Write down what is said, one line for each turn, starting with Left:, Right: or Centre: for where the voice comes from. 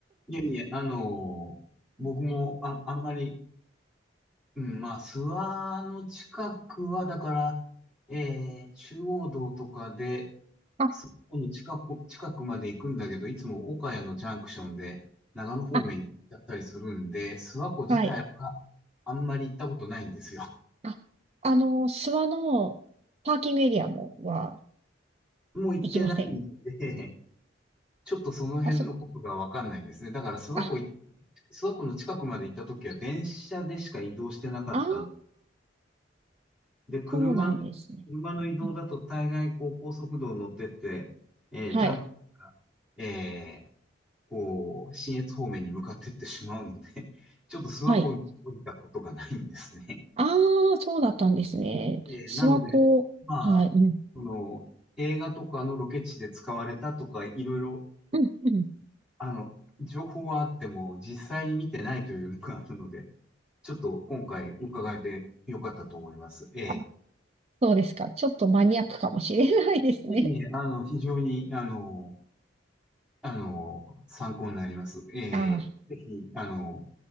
Centre: いやいや、あのー僕もあ、あんまり、うん、まあ、諏訪の近くは、だから、ええ、中央道とかで、
Right: あ、
Centre: すこの近く、近くまで行くんだけど、いつも岡谷のジャンクションで長野方面に行っちゃったりするんで、
Right: あ、
Centre: 諏訪湖自体は
Right: はい。
Centre: あんまり行ったことないんですよ。<laughs>
Right: あ、あの、諏訪のパーキングエリアも、は、
Centre: もう行ってないんで、
Right: 行きません。
Centre: ちょっとその辺のことがわかんないんですね。
Right: あ、そ、
Centre: だから諏訪湖行、
Right: あ、
Centre: 諏訪湖の近くまで行った時は電車でしか移動してなかったの
Right: あー、
Centre: で、車の、
Right: そうなんですね。
Centre: 車の移動だと大概こう高速道を乗ってって、
Right: うん、
Centre: えージャンクションえー
Right: はい、
Centre: こう、信越方面に向かっていってしまうので、<laughs> ちょっと諏訪湖に降りたことがないんですね。
Right: はい。あー、そうだったんですね。
Centre: えーなので、
Right: 諏訪湖、
Centre: まあ、
Right: はい、うん、
Centre: その、映画とかのロケ地で使われたとか、いろいろ、
Right: うん、うん。
Centre: あの、情報はあっても、実際に見てないというのがあるので、ちょっと今回伺えてよかったと思います。ええ。
Right: あ、そうですか。ちょっとマニアックかもしれないですね。
Centre: いえいえあの、非常に、あの、あの、参考になります。ええ、
Right: <laughs> あ
Centre: ぜひ、あの、